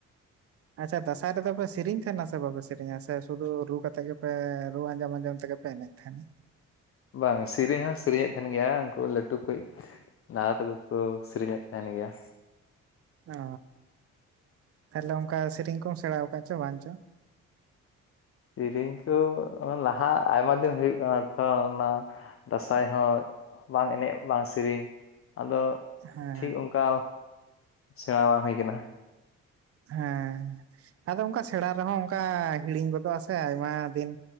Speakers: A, on the right; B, on the left.
A: ᱟᱪᱷᱟ ᱫᱟᱸᱥᱟᱸᱭ ᱨᱮᱫᱚ ᱯᱮ ᱥᱮᱨᱮᱤᱧ ᱛᱟᱦᱮᱸᱱᱟ ᱥᱮ ᱵᱟᱯᱮ ᱥᱮᱨᱮᱧᱟ ᱥᱮ ᱥᱩᱫᱩ ᱨᱩ ᱠᱟᱛᱮᱜ ᱜᱮᱯᱮ ᱨᱩ ᱟᱸᱡᱚᱢ ᱟᱸᱡᱚᱢ ᱛᱮᱜᱮ ᱯᱮ ᱮᱱᱮᱡ ᱛᱟᱦᱮᱸᱱᱟ
B: ᱵᱟᱝ ᱥᱮᱹᱨᱮᱧ ᱦᱚᱸ ᱥᱮᱨᱮᱧᱼᱮᱫ ᱛᱟᱦᱮᱸᱱ ᱜᱮᱭᱟ ᱩᱱᱠᱩ ᱞᱟᱹᱴᱩ ᱠᱩᱡ ᱫᱟᱫᱟ ᱛᱟᱠᱚ ᱠᱚ ᱥᱮᱨᱮᱧ ᱮᱫ ᱛᱟᱦᱮᱸᱱ ᱜᱮᱭᱟ
A: ᱚ ᱛᱟᱦᱚᱞᱮ ᱚᱱᱠᱟ ᱥᱮᱨᱮᱧ ᱠᱚᱢ ᱥᱮᱬᱟ ᱟᱠᱟᱫ ᱪᱚ ᱵᱟᱝ ᱪᱚ
B: ᱥᱮᱨᱮᱧ ᱠᱚ ᱞᱟᱦᱟ ᱟᱭᱢᱟ ᱫᱤᱱ ᱦᱩᱭᱩᱜ ᱠᱟᱱᱟ ᱛᱚ ᱚᱱᱟ ᱫᱟᱸᱥᱟᱸᱭ ᱦᱚᱸ ᱵᱟᱝ ᱮᱱᱮᱡ ᱵᱟᱝ ᱥᱮᱨᱮᱧ ᱟᱫᱚ
A: ᱦᱮᱸ
B: ᱴᱷᱤᱠ ᱚᱱᱠᱟ ᱥᱮᱬᱟ ᱵᱟᱝ ᱦᱩᱭ ᱠᱟᱱᱟ
A: ᱦᱮᱸ ᱟᱫᱚ ᱚᱱᱠᱟ ᱥᱮᱬᱟ ᱨᱮᱦᱚᱸ ᱚᱱᱠᱟ ᱦᱤᱲᱤᱧ ᱜᱚᱫᱚᱜ-ᱟ ᱥᱮ ᱟᱭᱢᱟ ᱫᱤᱱ